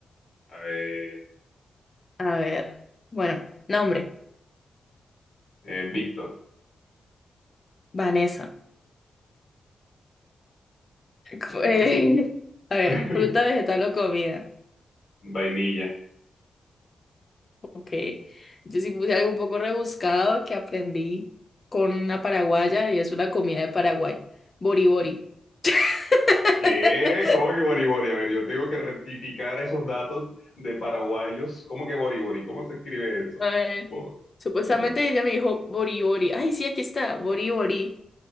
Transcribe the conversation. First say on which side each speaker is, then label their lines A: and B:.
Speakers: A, on the left; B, on the left.
A: A ver.
B: A ver. Bueno, nombre.
A: eh, Víctor.
B: Vanessa. <laughs>
A: Ok.
B: Eh, a ver,
A: <laughs>
B: fruta, vegetal o comida.
A: Vainilla.
B: Ok. Yo sí puse algo un poco rebuscado que aprendí con una paraguaya y es una comida de Paraguay. Bori bori. <laughs>
A: ¿Qué? ¿Cómo que Boribori? A ver, yo tengo que rectificar esos datos de paraguayos. ¿Cómo que Boribori? ¿Cómo se escribe eso?
B: Eh,
A: Bo-
B: supuestamente
A: ¿cómo, cómo?
B: ella me dijo Bori Bori. Ay, sí, aquí está, Bori Bori.